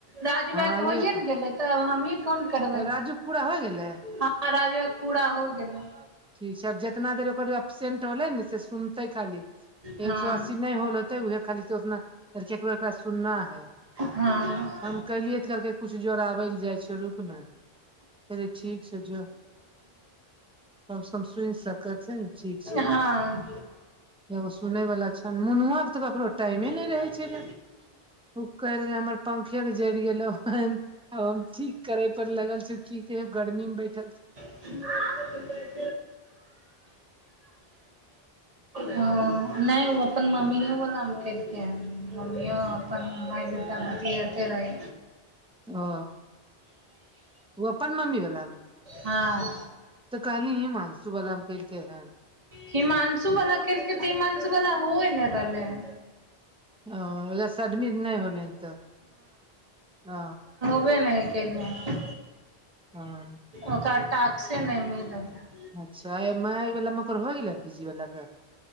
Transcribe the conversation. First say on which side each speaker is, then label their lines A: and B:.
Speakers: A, on the right (about 35°); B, in the centre.
A: राजु
B: हँ
A: भइया होइए
B: ये
A: ने गेलै। तब हमही फोन करबै
B: राजूके पूरा होइ गेलै
A: ह राज भैया पूरा होइ गेलै।
B: ठीक छै आब जेतना देर ओकर एब्सेंट होलै ने से सुनतै खाली।
A: हँ
B: एक सो अस्सी नहि होल होतै उहे खाली उतना केकरो एकरा सुनना है।
A: हँ।
B: हम कलियै त कहलकै कुछ जोड़ाबै लए जाइ छियो रुक ने कहे ठीक छौ जो। तब सम सुन सकत छै ने ठीक छै
A: हँ
B: एगो सुनेय वाला छन मुनुआ के तऽ कखनो टाइमे नहि
A: कैसे
B: रहे छै रे। उ कर रेहे हमर पंखे नै जरि गेल होन। आ हम ठीक करें पर लगल छीयो की कहियो गर्मी मे बैठल
A: ह <unintelligible> ह नहि ओ अपन मम्मीयोवलामे उठेल मम्मिओ अपन माय बेटा बतीआते रहै।
B: ओ ओ अपन मम्मी वला मे
A: हँ।
B: तऽ कहली ही मानसूबलाम कलके हन।
A: हिमाानंशू वला केलकै तऽ हिमांशु वला होइ ने रहलै ह
B: ह रसडमिट नइ होलैहन तऽ- ह-
A: अबे नय केलेहन।
B: हँ-
A: ओकरा टाक्से नय मिल रह्ले।
B: अच्छा अयैमाय वला मकर हो गेलै तीसी वला पर?